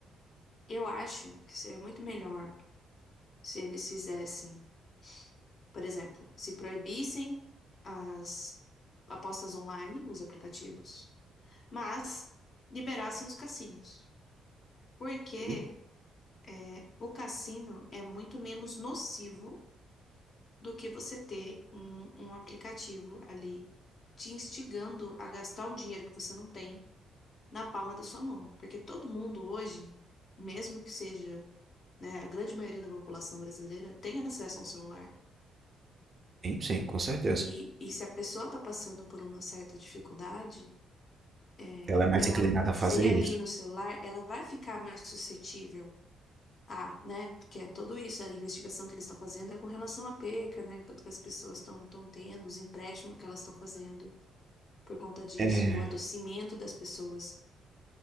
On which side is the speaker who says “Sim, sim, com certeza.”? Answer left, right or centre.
Right